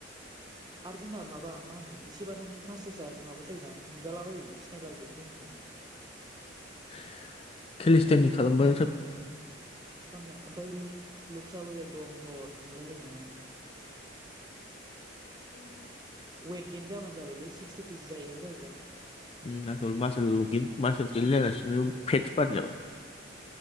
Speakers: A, on the right; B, on the left.
A: आर जोंना माबा मा होनो एसेबानो मासासा माबा जायो ना नुजालाबायो सिनायलाजोबो जोंनिखौ
B: <inaudible>
A: फाम
B: खालामबा
A: फामना ओमफाय लु फिसाबा एकदम हत नुलायलायो नामा वेतगेन जाबानो जाबायलै से <unintelligible> केजि जाहैबानो जाहैबाय
B: उम आसोल मासोल गे मासोल गिल जागासिनो फेतस बदियाव